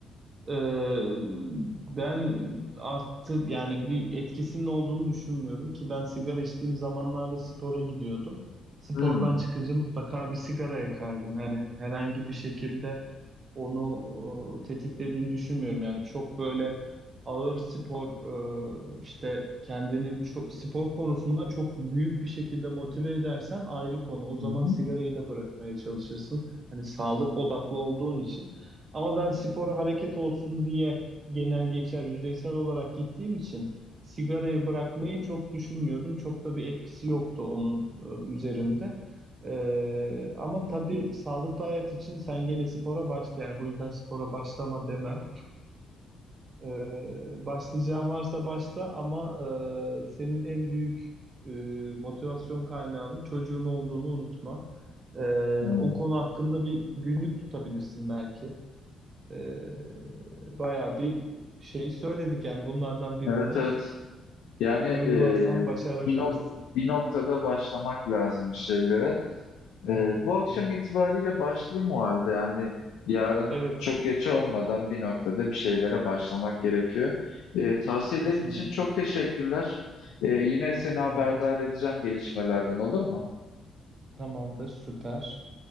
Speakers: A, on the right; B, on the left.
A: E, ben arttı yani bir etkisinin olduğunu düşünmüyorum ki ben sigara içtiğim zamanlarda spora gidiyordum. Spordan
B: Hmm.
A: çıkınca mutlaka bir sigara yakardım. Hani herhangi bir şekilde onu e, tetiklediğini düşünmüyorum. Yani çok böyle ağır spor e, işte kendini çok, spor konusunda çok büyük bir şekilde motive edersen ayrı konu. O zaman
B: Hı hı.
A: sigarayı da bırakmaya çalışırsın. Hani sağlık odaklı olduğun için. Ama ben spora hareket olsun diye genel geçer yüzeysel olarak gittiğim için sigarayı bırakmayı çok düşünmüyordum. Çok da bir etkisi yoktu onun e, üzerimde. Ee, ama tabii sağlıklı hayat için sen gene spora başla yani bu yüzden spora başlama demem. Ee, başlayacağın varsa başla ama e, senin en büyük e, motivasyon kaynağının çocuğun olduğunu unutma. Ee,
B: Tamam.
A: o konu hakkında bir günlük tutabilirsin belki. Ee, bayağı bir şey söyledik yani bunlardan birini
B: Evet evet. Yani
A: <laughs> uygularsan
B: e,
A: başarabilirsin.
B: bir, nok- bir noktada başlamak lazım bir şeylere.
A: Evet,
B: E, bu akşam
A: evet.
B: itibariyle başlayayım o halde. Yani yarın
A: Evet,
B: çok geç olmadan bir noktada bir şeylere başlamak gerekiyor. E, tavsiyelerin
A: kesinlikle.
B: için çok teşekkürler. E, yine seni haberdar
A: Ben teşekkür-
B: edeceğim gelişmelerden olur mu?
A: Tamamdır, süper.